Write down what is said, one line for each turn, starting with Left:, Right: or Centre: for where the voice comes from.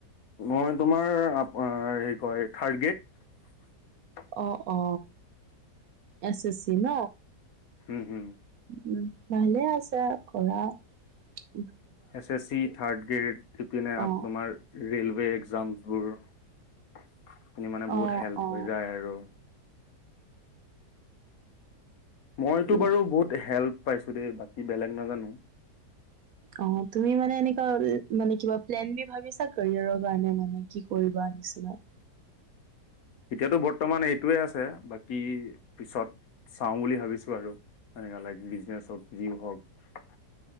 Left: মই তোমাৰ আপ হে কয় থাৰ্ড গ্ৰেড
Right: অ, অ এছ এ চি ন।
Left: হম হম।
Right: উ ভালে আছা ঘৰা <unintelligible>
Left: S S C, third grade ইপিনে
Right: অ
Left: তোমাৰ ৰে'লৱে এক্সামবোৰ । মানে
Right: অ
Left: বহুত হেল্প
Right: অ
Left: হৈ যায় আৰু মইতো
Right: উম
Left: বাৰু বহুত হেল্প পাইছো দেই বাকী বেলেগ নাজানো।
Right: অ তুমি মানে এনেকুৱা মানে কিবা প্লেন বি ভাবিছা কেৰিয়াৰৰ কাৰণে মানে কি কৰিবা পিছলে।
Left: এতিয়াতো বৰ্তমান এইটোৱে আছে বাকী পিছত চাওঁ বুলি ভাবিছো আৰু এনে লাইক বিজনেছ । যি হওক